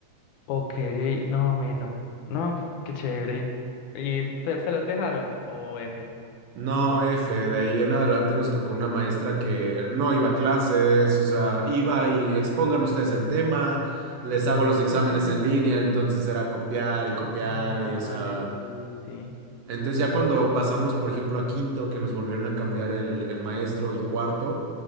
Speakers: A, on the left (about 80°); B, on the right (about 65°).
A: Ok, no, Melo. No, qué chévere. ¿Y te- se las dejaron? ¿O F?
B: No, F, de ahí en adelante nos tocó una maestra que no iba a clases, o sea, iba y expongan ustedes el tema, les hago los exámenes
A: Ah,
B: en línea, entonces era copiar y copiar
A: ah,
B: y o sea...
A: vale, sí, sí.
B: Entonces ya cuando pasamos, por ejemplo, a quinto, que nos volvieron a cambiar el, el maestro y cuarto,